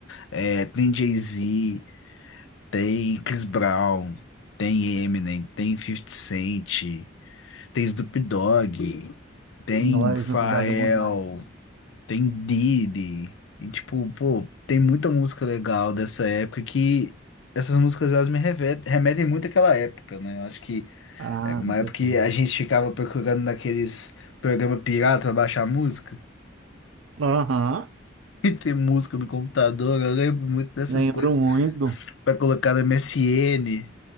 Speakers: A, on the left; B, on the right.
A: É, tem Jay-Z, tem Chris Brown, tem Eminem, tem 50 Cent, tem Snoop Dogg, tem
B: Nós,
A: Pharrell.
B: Snoop Dogg é bom demais.
A: Tem Diddy. E, tipo, pô, tem muita música legal dessa época que essas músicas elas me reve- remetem muito àquela época, né? Eu acho que
B: Ah,
A: era uma
B: com certeza.
A: época que a gente ficava procurando naqueles programas pirata pra baixar música. <laughs>
B: Aham,
A: E tem música no computador, eu lembro muito dessas
B: lembro
A: coisas.
B: muito.
A: Pra colocar no MSN.